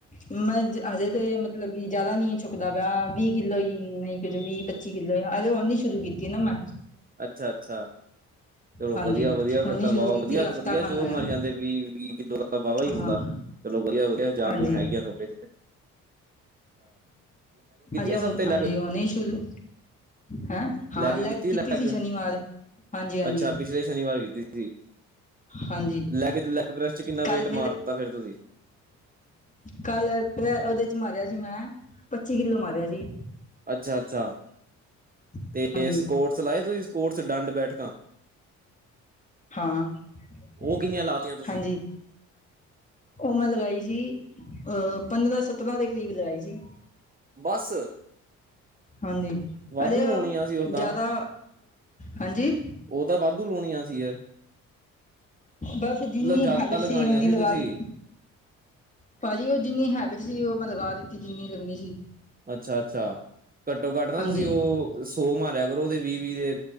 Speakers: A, on the left (about 20°); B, on the right (about 25°).
A: ਮੈਂ ਹਜੇ ਤੇ ਮਤਲਬ ਕਿ ਜਿਆਦਾ ਨੀ ਚੁੱਕਦਾ ਪਿਆ ਵੀਹ ਕਿੱਲੋ ਹੀ ਨਹੀਂ ਵੀਹ-ਪੱਚੀ ਕਿੱਲੋ ਆ ਅਜੇ ਉਹ ਹੀ ਹੁਣ ਸ਼ੁਰੂ ਕੀਤੀ ਨਾ ਮੈਂ
B: ਅੱਛਾ-ਅੱਛਾ, ਚਲੋ
A: ਹਾਂਜੀ
B: ਵਧੀਆ-ਵਧੀਆ ਫੇਿਰ
A: ਹੁਣ ਨੀ
B: ਤਾਂ
A: ਸ਼ੁਰੂ
B: ਵਾਹਵਾ
A: ਕੀਤੀ
B: ਵਧੀਆ-ਵਧੀਆ
A: ਹਫ਼ਤਾ ਖਾਨ
B: ਜੋਰ
A: ਹੋਇਆ
B: ਮਾਰੀ ਜਾਂਦੇ। ਵੀ ਵੀਹ ਕਿੱਲੋ ਦਾ ਵਾਹਵਾ ਹੀ ਹੁੰਦਾ
A: ਹਾਂ।
B: ਚਲੋ, ਵਧੀਆ-ਵਧੀਆ ਜਾਨ
A: ਹਾਂਜੀ
B: ਜੂਣ ਹੈਗੀ ਆ ਤੁਹਾਡੇ ਇਥੇ।
A: ਹਜੇ ਉਹ
B: ਇਸ ਹਫ਼ਤੇ ਲੈਗ
A: ਹਾਂਜੀ ਹੁਣੇ ਹੀਂ ਸ਼ੁਰੂ ਹੈਂ ਹਾਂ
B: ਲੈਗ ਕੀਤੀ ਲੈਗ
A: ਸੀ ਸ਼ਨੀਵਾਰ ਹਾਂਜੀ ਹਾਂਜੀ
B: ਅੱਛਾ ਪਿਛਲੇ ਸ਼ਨੀਵਾਰ ਕੀਤੀ ਸੀ।
A: ਹਾਂਜੀ
B: ਲੈਗ ਚ ਲੈਗ ਪ੍ਰੈਸ ਚ ਕਿੰਨਾ
A: ਕੱਲ
B: ਵੇਟ
A: ਫੇਰ
B: ਮਾਰ ਦਿੱਤਾ, ਫਿਰ ਤੁਸੀਂ
A: ਕੱਲ ਪ ਉਹਦੇ ਚ ਮਾਰਿਆ ਸੀ ਮੈਂ ਪੱਚੀ ਕਿੱਲੋ ਮਾਰਿਆ ਸੀ।
B: ਅੱਛਾ-ਅੱਛਾ, ਤੇ
A: ਹਾਂਜੀ
B: ਸਕੋਟਸ ਲਾਏ ਤੁਸੀਂ ਸਕੋਟਸ ਡੰਡ ਬੈਠਕਾ
A: ਹਾਂ-ਹਾਂਜੀ।
B: ਉਹ ਕਿੰਨੀਆਂ ਲਾਤੀਆਂ ਤੁਸੀਂ
A: ਉਹ ਮੈਂ ਲਗਾਈ ਸੀ ਅਹ ਪੰਦਰਾ-ਸਤਰਾਂ ਦੇ ਕਰੀਬ‌ ਲਗਾਈ ਸੀ।
B: ਬਸ।
A: ਹਾਂਜੀ
B: ਵਾਧੂ
A: ਅਜੇ ਉਹ
B: ਲਾਉਣੀਆਂ ਸੀ ਤਾਂ
A: ਜ਼ਿਆਦਾ ਹਾਂਜੀ
B: ਉਹ ਤਾਂ ਵਾਧੂ ਲਾਣੀਆਂ ਸੀ ਯਾ
A: ਬਸ ਜਿੰਨੀ
B: ਜ਼ਿਆਦਾ
A: ਹੈਬਿਟ
B: ਲਗਾਣੀਆਂ
A: ਸੀ ਓਨੀ ਲਗਾ
B: ਤੁਸੀਂ
A: ਦਿੱ ਪਾਜੀ ਉਹ ਜਿੰਨੀ ਹੈਬਿਟ ਸੀ ਉਹ ਮੈਂ ਲਗਾ ਦਿੱਤੀ ਜਿੰਨੀ ਲੱਗਣੀ ਸੀ।
B: ਅੱਛਾ-ਅੱਛਾ ਘੱਟੋ-ਘੱਟ ਨਾ
A: ਹਾਂਜੀ
B: ਤੁਸੀਂ ਉਹ ਸੌ ਮਾਰਿਆ ਕਰੋ ਉਹਦੇ ਵੀਹ-ਵੀਹ ਦੇ